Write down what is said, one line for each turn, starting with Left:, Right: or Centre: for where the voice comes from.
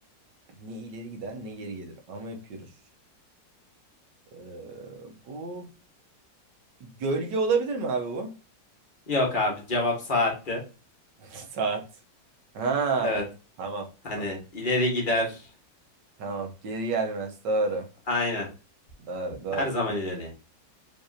Right: Ne ileri gider ne geri gelir ama hep yürür. Ee, bu gölge olabilir mi abi bu?
Left: Yok abi cevap saatti.
Right: <laughs> Saat. Ha
Left: Evet.
Right: tamam
Left: Hani
Right: tamam.
Left: ileri gider.
Right: Tamam geri gelmez doğru.
Left: Aynen.
Right: Doğru doğru.
Left: Her zaman ileri.